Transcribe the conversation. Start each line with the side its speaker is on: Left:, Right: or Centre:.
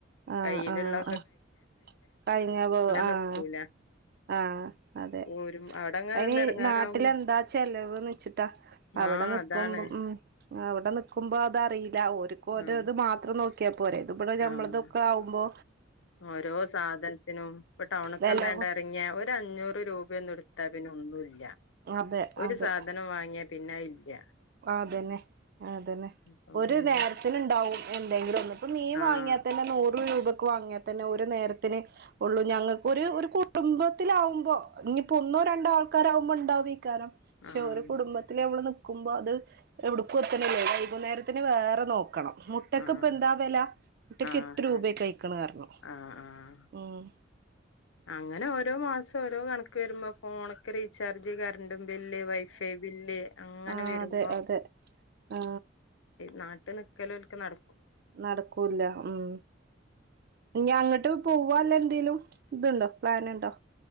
Right: ആഹ്
Left: കയ്യിലുള്ള
Right: ആഹ് ആഹ് കഴിഞ്ഞ പോ ആഹ
Left: നിക്കൂല
Right: ആഹ അതെ
Left: പോരും അവിടങ്ങ്
Right: അതിനി
Left: നിന്ന് എടങ്ങാറാവുമ്പോ
Right: നാട്ടില എന്താ ചെലവ് നച്ചിട്ടാ അവിടെ
Left: ആഹ്
Right: നിക്കുമ്പം
Left: അതാണ്
Right: ഉ അവിടെ നിക്കുമ്പോ അതറിയില്ല ഒരിക്കുംര
Left: ആഹ്
Right: ഇത് മാത്രം നോക്കി പോരേ ഇത് ഇവിടെ ഞമ്മളതൊക്കെ
Left: ആഹ്
Right: ആകുമ്പോ
Left: ഓരോ സാധനത്തിനും ഇപ്പൊ ടൗണക്കന്നണ്ട
Right: വെല
Left: ഇറങ്ങിയ ഒരു അഞ്ഞൂറു രൂപന്നടത്ത പിന്നെ ഒന്നുലഒരു
Right: അതെ അതെ
Left: സാധനം വാങ്ങിയ പിന്നെ ഇല്ലയ
Right: അതന്നെ അതന്നെ
Left: അപ്പം
Right: ഒരു
Left: പിന്നെ
Right: നേരത്തി ഉണ്ടാവും എന്തെങ്കിലും ഒന്ന അപ്പ മീൻ വാങ്ങിയൽ
Left: ആഹ്
Right: തന്നെ നോ നൂറ് രൂപക്ക് വാങ്ങിയൽ തന്നെ ഒരുനേരത്തിന് ഉള്ളൂഞങ്ങൾക്ക് ഒരു കുടുംത്തിലുമ്പോ ഇനിയിപ്പോ ഒന്നോ രണ്ടോ ആൾക്കാരാവുമ്പോ ഉണ്ടാവുംക്കാരം പക്ഷെ
Left: ആഹ്
Right: ഒരു കുടുംബത്തില്ൽ നമ്മള് വുമ്പോ അത് എവിടുക്കും എത്തണല്ലേ വൈകുന്നേരത്തിന് വേറെ നോക്കണം മുട്ടക്ക്
Left: ആഹ് ആഹ്
Right: ഇപ്പ എന്താ വില മുട്ടക്ക്
Left: അതാണ്
Right: എട്ട് രൂപ കഴിക്കണ കാരണം
Left: ആഹ് ആഹ്
Right: ഉം
Left: അങ്ങനെ ഓരോ മാസം ഓരോ കണക്ക് വരുമ്പോ ഫോണൊക്കെ recharge current bill wifi bill അങ്ങനെ
Right: ആ
Left: വരുമ്പോ
Right: അതെ അതെ ആ
Left: നാട്ടില് നിക്കല ഒൽക്ക നട
Right: നടക്കൂല്ല ഉം ഞങ്ങ എന്നട്ട് പോവല്ല എന്തേങ്കലും ഇതുണ്ടോ പ്ലാനുണ്ടോ